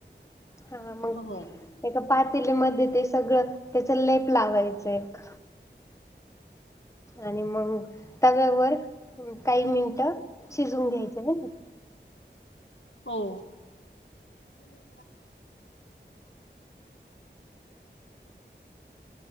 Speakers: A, on the left (about 15°); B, on the left (about 85°).
A: हा मग
B: हो.
A: एका पातेलीमध्ये ते सगळं त्याच लेप लावायचं एक आणि मग तव्यावर काही मिनिटं शिजून घ्यायचं.
B: हो. ह